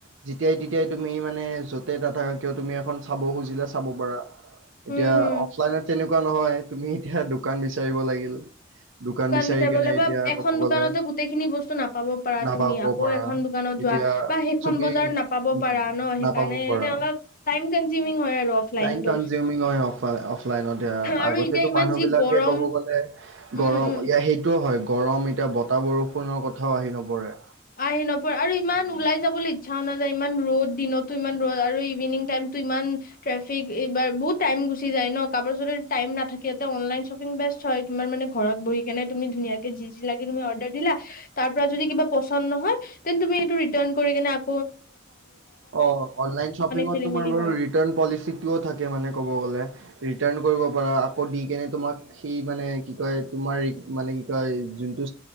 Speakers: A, on the right; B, on the left.
A: যেতিয়াই তেতিয়াই তুমি মানে য'তেই নাথাকক কিয় তুমি এখন চাব খুজিলে চাব পাৰা। এতিয়া
B: উম হম
A: অফলাইনত তেনেকুৱা নহয় তুমি এতিয়া দোকান বিচাৰিব লাগিল। দোকান বিচাৰি
B: বিচাৰিবলে
A: কেনে
B: বা
A: এতিয়া
B: এখন
A: কব গলে
B: দোকানতে গোটেইখিনি বস্তু নাপাব পাৰা
A: নাপাব
B: তুমি আকৌ
A: পৰা।
B: এখন দোকানত যোৱা
A: এতিয়া
B: বা সেইখন
A: তুমি
B: বজাৰত নাপাব
A: উম
B: পাৰা ন সেইকাৰণে
A: নাপাব পাৰা।
B: এনে অলপ টাইম কনজিউমিং হয় আৰু অফলাইনটো
A: টাইম কনজিউমিং হয় অ অফলাইনত
B: আৰু
A: আগতেো
B: এতিয়া ইমান
A: মানুহ
B: যি
A: বিলাকে
B: গৰম
A: ক'ব গলে গৰম
B: উম উম
A: ইয়াৰ সেইটোও হয় গৰম এতিয়া বতাহ বৰষুণৰ কথাও আহি নপৰে।
B: আহি নপৰে আৰু ইমান
A: উম,
B: ওলাই যাবলৈ ইচ্ছাও নাযায় ইমান ৰ'দ দিনতো ইমান ৰ'দ আৰু ইভিনিং টাইম তো ইমান ট্ৰেফিক এইবাৰ বহুত টাইম গুচি যায় নে কাৰবাৰ যদি টাইম নাথাকে তে অনলাইন চ বেস্ট হয় তোমাৰ মানে ঘৰত বহি কেনে তুমি ধোনিয়া যি যি লাগে তুমি অৰদাৰ দিলা। তাৰ পৰা যদি কিবা পচ <unintelligible> নহয় তেন তুমি এইটো ৰিতাৰন কৰি কেনে আক
A: অ' অনলাইন শ্বপিঙত
B: খেলি
A: তোমাৰ
B: মেলি
A: বাৰু
B: হয়
A: ৰিটাৰ্ণ পলিচিটোও থাকে মানে ক'ব গ'লে। ৰিটাৰ্ণ কৰিব পাৰা আকৌ দি কেনে তোমাক সেই মানে কি কয় তোমাৰৰি মানে কি কয় যোনটো